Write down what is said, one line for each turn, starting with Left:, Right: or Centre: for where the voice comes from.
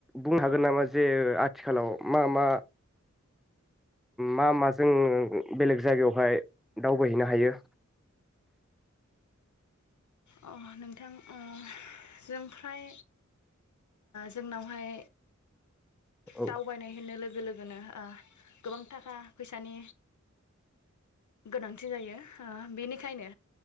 Centre: बुंनो हागोन नामा जे आथिखालाव मा मा मा माजों बेलेग जायगायाव फाय दावबायहैनो हायो
Left: अ नोंथां ओ जों फ्राय जोंनावहाय
Centre: औ
Left: दावबायनाय होनो लोगो लोगो होनो गोबां थाखा फैसानि गोनांथि जायो ओ बेनिखायनो